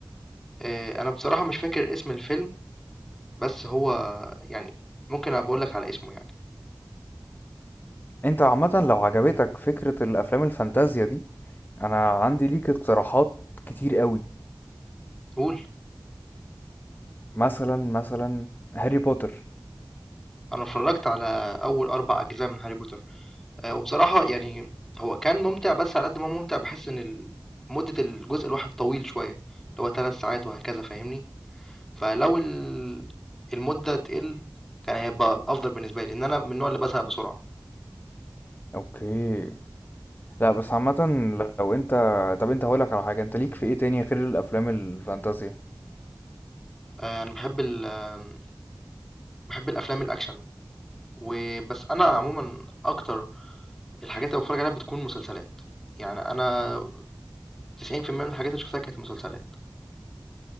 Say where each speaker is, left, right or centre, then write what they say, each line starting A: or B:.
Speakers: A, in the centre; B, on the left (about 25°).
A: آه، انا بصراحة مش فاكر اسم الفيلم بس هو يعني ممكن أبقى اقولك على اسمه يعني
B: انت عامة لو عجبتك فكرة الافلام الفانتازيا دي انا عندي ليك اقتراحات كتير قوي
A: قول
B: مثلا مثلا هاري بوتر
A: انا اتفرجت على اول اربع اجزاء من هاري بوتر آه، وبصراحة يعني هو كان ممتع بس على قد ما هو ممتع بحس ان ال- مدة الجزء الواحد طويل شوية اللي هو ثلاث ساعات وهكذا فاهمني فلو ال المدة تقِل كان هيبقى أفضل بالنسبة لي، لإن أنا من النوع اللي بازهق بسرعة،
B: اوكي لا بس عامة لو انت طب انت هقولك على حاجة انت ليك في ايه تاني غير الافلام الفانتازيا
A: آآ أنا باحب ال آمم، باحب الأفلام الأكشن و بس أنا عمومًا أكتر الحاجات اللي باتفرّج عليها بتكون مسلسلات، يعني أنا 90% من الحاجات اللي شُفتها كانت مسلسلات.